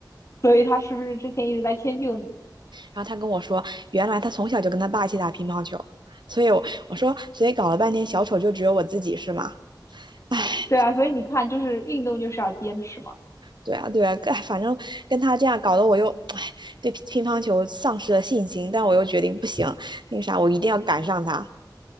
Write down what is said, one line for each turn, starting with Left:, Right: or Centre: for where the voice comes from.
Left: 所以他是不是之前一直在迁就你？
Right: 然后他跟我说，原来他从小就跟他爸一起打乒乓球，所以我我说，所以搞了半天小丑就只有我自己是吗？<laughs>
Left: 对啊，所以你看，就是运动就是要坚持嘛。
Right: 对啊，对啊，哎，反正跟他这样搞得我又，哎，对乒乒乓球丧失了信心，但我又决定不行，那个啥，我一定要赶上他。